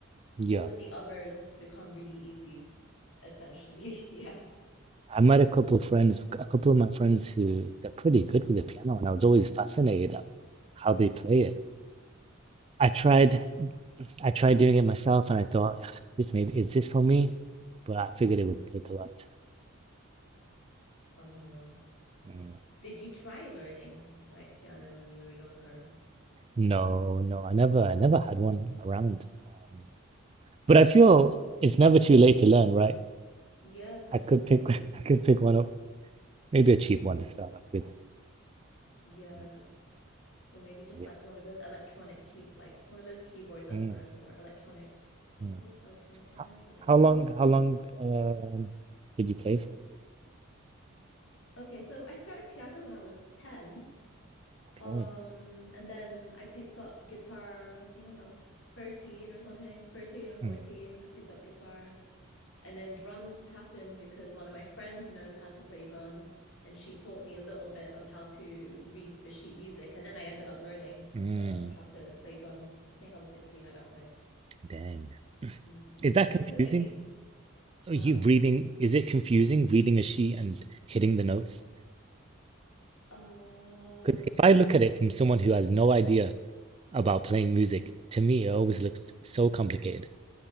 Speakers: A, on the right (about 25°); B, on the left (about 65°).
A: Yeah.
B: all of the others become really easy, essentially. <laughs> Yeah.
A: I met a couple of friends, a couple of my friends who they're pretty good with the piano, and I was always fascinated of how they play it. I tried, I tried doing it myself, and I thought, "Ah, this maybe is this for me? But I figured it would take a lot of time.
B: Uh huh.
A: Mm.
B: Did you try learning like piano when you were younger?
A: No, no, I never, I never had one around. Um, but I feel it's never too late to learn, right?
B: Yeah, it's never
A: I could
B: too late,
A: pick, <laughs>
B: 100%.
A: I could pick one up, maybe a cheap one to start off with.
B: Yeah.
A: Mm,
B: Or maybe just
A: Yeah.
B: like one of those electronic key like one of those keyboards at
A: Mm,
B: first or electronic keyboards,
A: mm.
B: electronic pianos,
A: How,
B: I don't
A: how
B: know.
A: long, how long, um, did you play for?
B: Okay, so I started piano when I was 10.
A: Okay.
B: Um, and then I picked up guitar, I think when I was 13 or something, 13 or 14,
A: Mm.
B: I picked up guitar. And then drums happened because one of my friends knows how to play drums, and she taught me a little bit of how to read the sheet music. And then I ended up learning
A: Mm,
B: the how to play drums. I think I was 16 at that point.
A: dang.
B: Y-
A: Is that
B: y-
A: confusing?
B: ukulele,
A: Are
B: huh?
A: you reading, is it confusing reading a sheet and hitting the notes?
B: Uh,
A: Because if I
B: n-
A: look at it from someone who has no idea about playing music, to me it always looks so complicated.